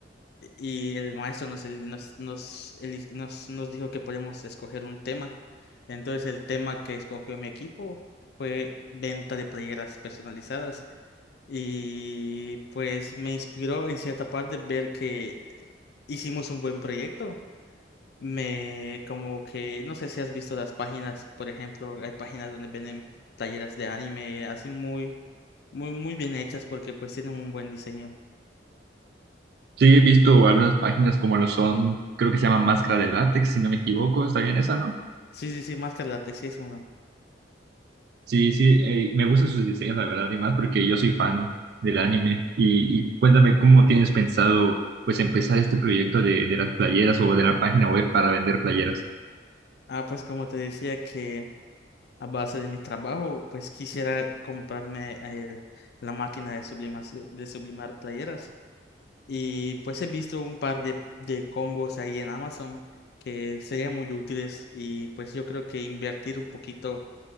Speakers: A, on the left (about 60°); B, on the right (about 60°).
A: y el maestro nos, el- nos, nos, eli- nos, nos dijo que podíamos escoger un tema. Entonces el tema que escogió mi equipo fue venta de playeras personalizadas. Y pues me inspiró en cierta parte ver que eh, hicimos un buen proyecto. Me como que, no sé si has visto las páginas, por ejemplo, hay páginas donde venden playeras de anime, así muy, muy, muy bien hechas porque pues tienen un buen diseño.
B: Sí, he visto algunas páginas como lo son, creo que se llama Máscara de Látex, si no me equivoco, ¿está bien esa, no?
A: Sí, sí, sí, Máscara Látex sí es uno.
B: Sí, sí, eh, me gustan sus diseños, la verdad, y más porque yo soy fan del anime. Y, y cuéntame cómo tienes pensado, pues, empezar este proyecto de, de las playeras o de la página web para vender playeras.
A: Ah, pues como te decía que a base de mi trabajo, pues quisiera comprarme eh, la máquina de sublimación, de sublimar playeras. Y pues he visto un par de, de combos ahí en Amazon que serían muy útiles y pues yo creo que invertir un poquito